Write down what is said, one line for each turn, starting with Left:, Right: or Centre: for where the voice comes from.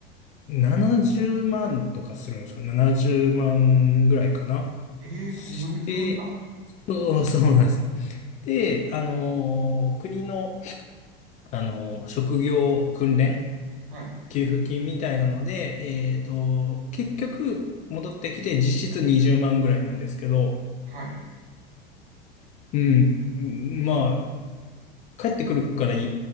Left: 70万とかするんですよ。70万ぐらいかな。
Right: ええーそんなにするんだ。
Left: して、そう、そうなんですよ。で、あのー国の、あのー職業訓練
Right: はい。
Left: 給付金みたいなので、えっと、結局、戻ってきて実質20万ぐらいなんですけど、
Right: はい。
Left: うん。うんまあ、帰ってくるからい